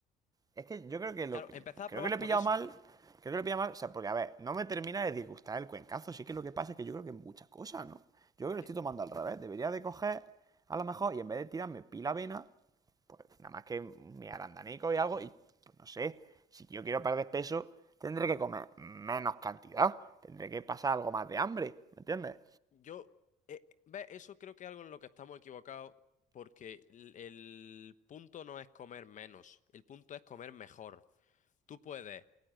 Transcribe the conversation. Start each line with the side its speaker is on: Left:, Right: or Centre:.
Right: Es que yo creo que lo,
Left: Claro, empezar a
Right: creo
Left: probar
Right: que le he
Left: por
Right: pillado
Left: eso.
Right: mal. Creo que le he pillado mal. O sea, porque, a ver, no me termina de disgustar el cuencazo. Sí que lo que pasa es que yo creo que muchas cosas, ¿no? Yo creo que lo
Left: Eh,
Right: estoy tomando al revés. Debería de coger, a lo mejor, y en vez de tirarme pila avena, pues nada más que mi arandanico y algo. Y pues no sé, si yo quiero perder peso, tendré que comer menos cantidad. Tendré que pasar algo más de hambre, ¿me entiendes?
Left: Yo, eh, ve, Eso creo que es algo en lo que estamos equivocados, porque el, el punto no es comer menos, el punto es comer mejor. Tú puedes